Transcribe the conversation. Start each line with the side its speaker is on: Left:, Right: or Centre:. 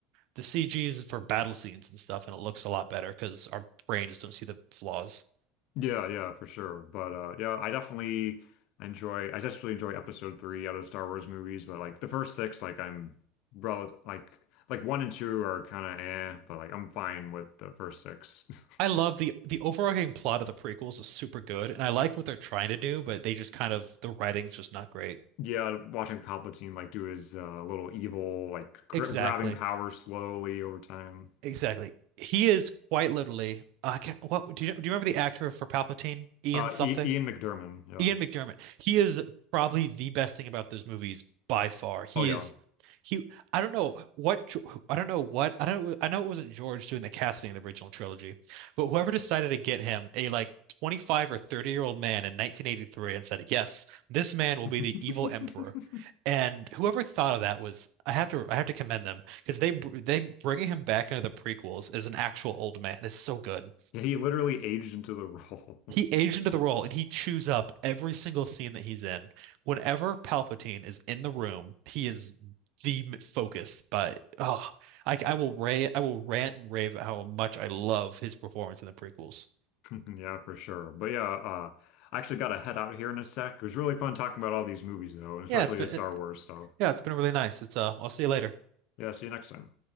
Right: The CG is for battle scenes and stuff, and it looks a lot better because our brains don't see the flaws.
Left: Yeah, yeah, for sure. But uh yeah, I definitely enjoy I just really enjoy episode three out of Star Wars movies, but like the first six, like I'm rel like like one and two are kinda eh, but like I'm fine with the first six. <laughs>
Right: I love the the overarching plot of the prequels is super good, and I like what they're trying to do, but they just kind of the writing's just not great.
Left: Yeah, watching Palpatine like do his uh, little evil like gr
Right: Exactly,
Left: grabbing power slowly over time.
Right: exactly. He is quite literally. Uh, I can't, what do you do? You remember the actor for Palpatine, Ian
Left: Uh
Right: something?
Left: I Ian McDiarmid, yeah.
Right: Ian McDermott. He is probably the best thing about those movies by far. He
Left: Oh yeah.
Right: is he. I don't know what I don't know what I don't I know it wasn't George doing the casting of the original trilogy, but whoever decided to get him a like 25 or 30 year old man in 1983 and said, "Yes, this man
Left: <laughs>
Right: will be the evil emperor." And whoever thought of that was I have to I have to commend them because they br- they bringing him back into the prequels as an actual old man is so good.
Left: Yeah, he literally aged into the role. <laughs>
Right: He aged into the role and he chews up every single scene that he's in. Whenever Palpatine is in the room, he is the m- focus. But oh, I, I will ra I will rant and rave at how much I love his performance in the prequels.
Left: <laughs> Yeah, for sure. But yeah, uh, I actually got to head out here in a sec. It was really fun talking about all these movies, though, and especially
Right: Yeah, it's been
Left: the Star
Right: it-
Left: Wars stuff.
Right: yeah, it's been really nice. It's uh, I'll see you later.
Left: Yeah, see you next time.